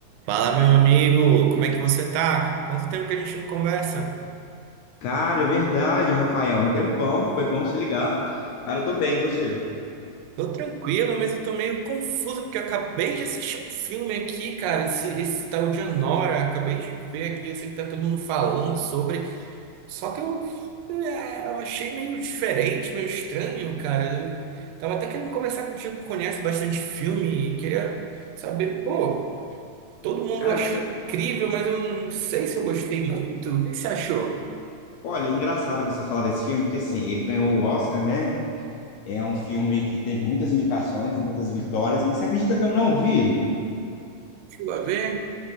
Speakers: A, on the right; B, on the left.
A: Fala, meu amigo, como é que você tá? Quanto tempo que a gente não conversa?
B: Cara, é verdade, Rafael. Um tempão, foi bom se ligar. Cara, eu tô bem, e você?
A: Tô tranquilo, mas eu tô meio confuso porque eu acabei de assistir um filme aqui, cara. Esse, esse tal de Anora, acabei de ver aqui. Eu sei que tá todo mundo falando sobre, só que eu, é, eu achei meio diferente, meio estranho, cara. Eu tava até querendo conversar contigo que conhece bastante filme e queria saber, pô, todo mundo
B: Cara,
A: achou
B: você-
A: incrível, mas eu não sei se eu gostei muito. O que você achou?
B: olha, é engraçado você falar desse filme, porque assim, ele ganhou o Oscar, né? É um filme que teve muitas indicações, muitas vitórias, mas você acredita que eu não vi?
A: Chegou a ver?